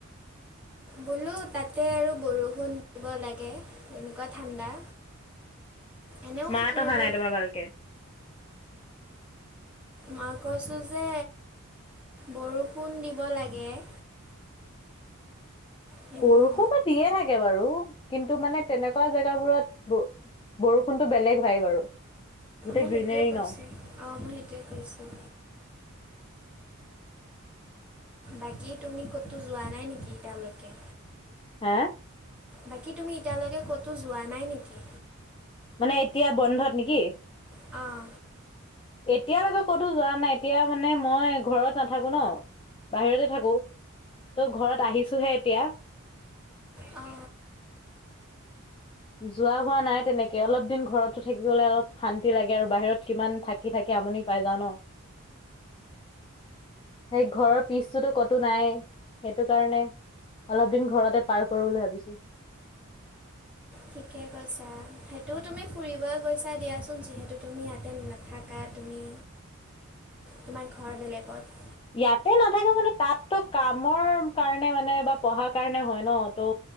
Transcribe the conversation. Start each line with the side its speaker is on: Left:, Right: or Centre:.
Centre: বোলো তাতে আৰু বৰষুণ দিব লাগে এনেকুৱা ঠাণ্ডা এনেও
Left: মাত
Centre: সেইবোৰ
Left: অহা নাই তোমাৰ ভালকে
Centre: মই কৈছোঁ যে বৰষুণ দিব লাগে সেইবোৰ
Left: বৰষুন'তো দিয়ে থাকে বাৰু কিন্তু মানে তেনেকুৱা জেগাবোৰত বৰষুণতো বেলেগ ভাইব আৰু গোটেই
Centre: মই
Left: গ্ৰীনেৰী
Centre: সেইটোৱে কৈছোঁ
Left: ন।
Centre: অ মই সেইটোৱে কৈছোঁ বাকী তুমি ক'তো যোৱা নাই নেকি ইতিয়ালৈকে
Left: হে
Centre: বাকী তুমি এতিয়ালৈকে ক'তো যোৱা নাই নেকি
Left: মানে এতিয়া বন্ধত নেকি
Centre: অঁ
Left: এতিয়ালৈকে ক'তো যোৱা নাই এতিয়া মানে মই ঘৰত নাথাকো ন বাহিৰতে থাকো ত ঘৰত আহিছোহে এতিয়া
Centre: অ
Left: যোৱা হোৱা নাই তেনেকে অলপ দিন ঘৰতো থাকিবলে অলপ শান্তি লাগে আৰু বাহিৰত কিমান থা থাকি থাকি আমনি পাই যাও ন সেই ঘৰৰ পিচটোতো কতো নাই সেইটো কাৰণে অলপ দিন ঘৰতে পাৰ কৰো বুলি ভাবিছো
Centre: ঠিকে কৈছা সেইটো তুমি ফুৰিবয়ে গৈছা দিয়াচোন যিহেতু তুমি ইয়াতে না থাকা তুমি
Left: <inaudible>
Centre: তোমাৰ ঘৰ বেলেগত
Left: ইয়াতে নাথাকে মানে তাত'তো কামৰ কাৰণে মানে বা পঢ়াৰ কাৰণে হয় ন ত'